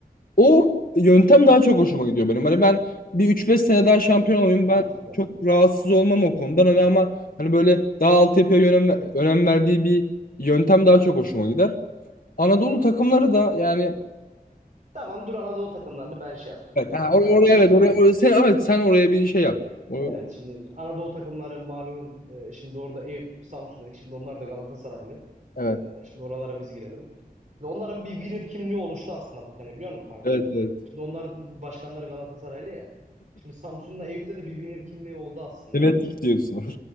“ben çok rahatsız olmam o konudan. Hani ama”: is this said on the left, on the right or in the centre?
Left